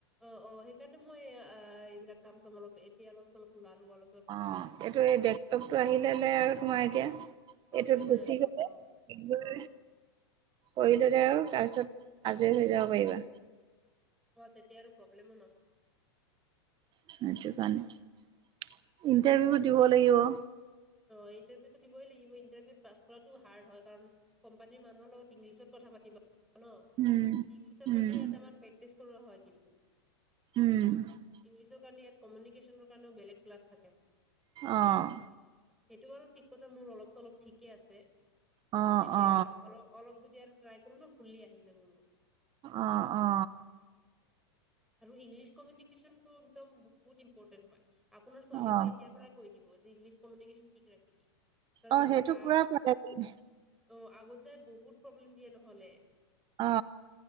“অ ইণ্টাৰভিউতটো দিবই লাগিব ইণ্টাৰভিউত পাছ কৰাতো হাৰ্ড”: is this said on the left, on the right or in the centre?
Centre